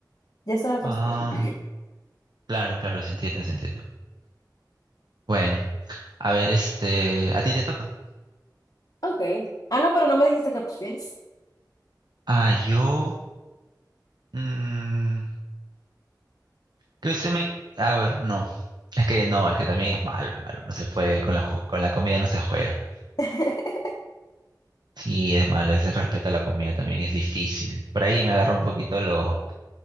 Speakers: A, on the left; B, on the right.
A: Ya se me fastidia.
B: Ah, claro, claro, se entiende, se entiende. Bueno, a ver, este, a ti te toca.
A: Ok. Ah, no, pero no me dijiste que prefieres.
B: Ah, yo, mm, que se me, a ver, no, es que no, es que también es malo, es malo, no se puede, con la, ju- con la comida no se juega.
A: <laughs>
B: Sí, es malo, ese respeto a la comida también es difícil. Por ahí me agarra un poquito lo,